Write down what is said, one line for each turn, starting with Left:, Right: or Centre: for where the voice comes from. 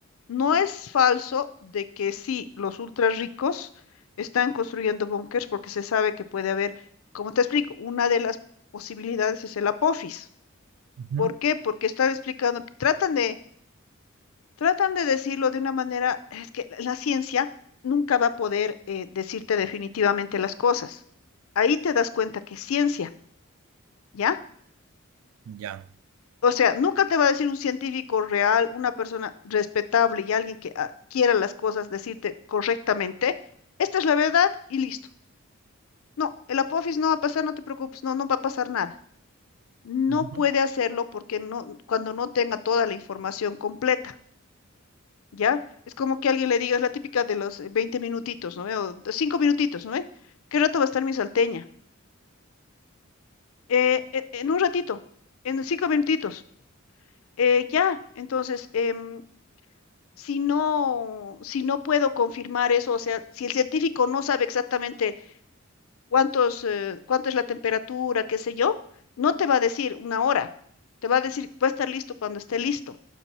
Left: no es falso de que sí, los ultra ricos están construyendo búnkers porque se sabe que puede haber, como te explico, una de las posibilidades es el apófis.
Right: ujú,
Left: ¿Por qué? Porque están explicando, que tratan de, tratan de decirlo de una manera, es que la la ciencia nunca va a poder eh, decirte definitivamente las cosas. Ahí te das cuenta que es ciencia. ¿Ya?
Right: Ya.
Left: O sea, nunca te va a decir un científico real, una persona respetable y alguien que ah, quiera las cosas decirte correctamente, esta es la verdad y listo. No, el Apophis no va a pasar, no te preocupes, no, no va a pasar nada. No
Right: ujú.
Left: puede hacerlo porque no, cuando no tenga toda la información completa, ¿ya? Es como que alguien le diga, es la típica de los eh, 20 minutitos, ¿no ve? O de 5 minutitos, ¿no ve? ¿Qué rato va a estar mi salteña? "Eh, en, en un ratito, en 5 minutitos. "Eh, ya, entonces, em, si no, si no puedo confirmar eso, o sea, si el científico no sabe exactamente cuántos, eh, cuánto es la temperatura, qué sé yo, no te va a decir una hora, te va a decir, va a estar listo cuando esté listo.